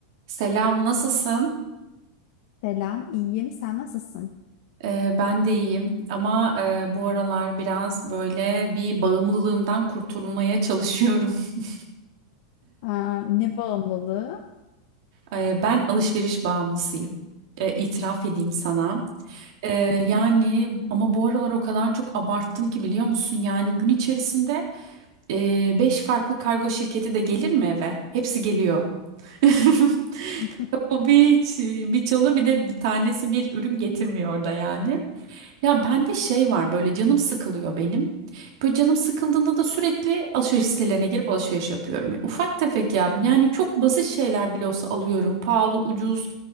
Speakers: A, on the right; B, on the left.
A: Selam, nasılsın?
B: Selam, iyiyim. Sen nasılsın?
A: Ee, ben de iyiyim ama e, bu aralar biraz böyle bir bağımlılığımdan kurtulmaya çalışıyorum. <laughs>
B: Aa, ne bağımlılığı?
A: Ee, ben alışveriş bağımlısıyım. Ee, itiraf edeyim sana. Ee, yani ama bu aralar o kadar çok abarttım ki biliyor musun? Yani gün içerisinde e, 5 farklı kargo şirketi de gelir mi eve? Hepsi geliyor. <laughs>
B: <laughs>
A: O bir, bir çalıyor bir de bir tanesi bir ürün getirmiyor da yani. Ya bende şey var böyle canım sıkılıyor benim. Böyle canım sıkıldığında da sürekli alışveriş sitelerine girip alışveriş yapıyorum. Ufak tefek ya yani çok basit şeyler bile olsa alıyorum. Pahalı, ucuz.